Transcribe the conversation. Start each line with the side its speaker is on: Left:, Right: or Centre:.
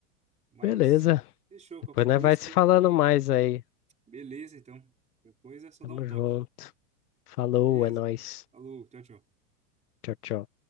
Right: Mas
Left: Beleza.
Right: fechou,
Left: Depois
Right: qualquer
Left: nós
Right: coisa,
Left: vai se
Right: estamos
Left: falando
Right: por aí.
Left: mais aí.
Right: Beleza, então. Qualquer coisa é só
Left: Tamo
Right: dar um toque.
Left: junto. Falou,
Right: Beleza?
Left: é nóis.
Right: Falou, tchau, tchau.
Left: Tchau, tchau.